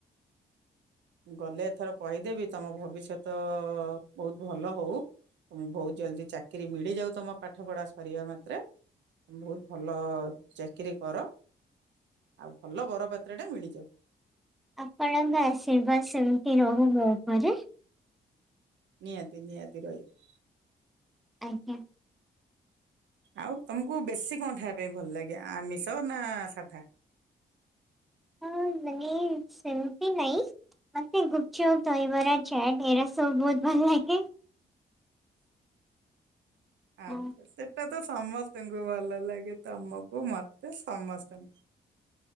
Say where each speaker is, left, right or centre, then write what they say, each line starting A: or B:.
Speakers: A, on the right (about 80°); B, in the centre.
A: ଗଲେ ଏଥର କହିଦେବି ତମ ଭବିଷ୍ୟତ ବହୁତ ଭଲ ହଉ ତମକୁ ବହୁତ ଜଲଦି ଚାକିରରି ମିଳିଯାଉ ତମ ପାଠ ପଢା ସରିବା ମାତ୍ରେ ବହୁତ ଭଲ ଚାକିରୀ କର ଆଉ ଭଲ ବରପାତ୍ର ଟା ମିଳିଯାଉ।
B: ଆପଣଙ୍କ ଆଶୀର୍ବାଦ ସେମିତି ରହୁ ମୋ ଉପରେ
A: ନିହାତି ନିହାତି ରହିବ।
B: ଆଜ୍ଞା।
A: ଆଉ ତମକୁ ବେଶୀ କଣ ଖାଇବା ପାଇଁ ଭଲ ଲାଗେ ଆମିଷ ନା ସାଧା?
B: ହଁ ମାନେ ସେମତି ନାଇଁ। ମତେ ଗୁପଚୁପ ଦହିବରା ଚାଟ୍ ଏରା ସବୁ ବହୁତ ଭଲ ଲାଗେ।
A: ଆଛା
B: ହଁ
A: ସେଟା ତ ସମସ୍ତଙ୍କୁ ଭଲ ଲାଗେ ତମକୁ ମତେ ସମସ୍ତଙ୍କୁ।